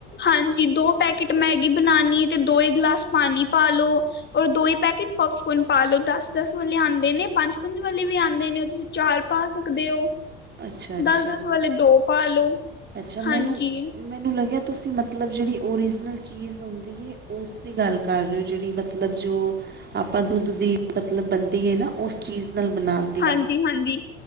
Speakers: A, on the left; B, on the right.
A: ਹਾਂਜੀ। ਦੋ ਪੈਕੇਟ ਮੈਗੀ, ਬਣਾਉਣੀ ਏ। ਤੇ ਦੋ ਹੀ, ਗਲਾਸ ਪਾਣੀ ਪਾ ਲੋ। ਔਰ, ਦੋ ਹੀ ਪੈਕੇਟ ਪਪਕੋਨ ਪਾ ਲਓ। ਦਸ-ਦਸ, ਵਾਲੇ ਆਉਂਦੇ ਨੇ। ਪੰਜ-ਪੰਜ, ਵਾਲੇ ਵੀ ਆਉਂਦੇ ਨੇ। ਤੁਸੀਂ ਚਾਰ ਪਾ, ਸਕਦੇ ਹੋ।
B: ਅੱਛਾ ਅੱਛਾ
A: ਦਸ-ਦਸ, ਵਾਲੇ ਦੋ ਪਾ ਲੋ।
B: ਅੱਛਾ ਮੈਨੂੰ
A: ਹਾਂਜੀ।
B: ਮੈਨੂੰ ਲੱਗਿਆ ਤੁਸੀਂ ਮਤਲਬ, ਜਿਹੜੀ ਓਰੀਜਨਲ ਚੀਜ਼ ਹੁੰਦੀ ਏ, ਉਸ ਦੀ ਗੱਲ ਕਰ ਰਹੇ ਹੋ, ਜਿਹੜੀ ਮਤਲਬ ਜੋ ਆਪਾਂ ਦੁੱਧ ਦੀ ਮਤਲਬ ਬਣਦੀ ਹੈ ਨਾ, ਉਸ ਚੀਜ਼ ਨਾਲ ਬਣਾਉਣ਼
A: ਹਾਂਜੀ- ਹਾਂਜੀ।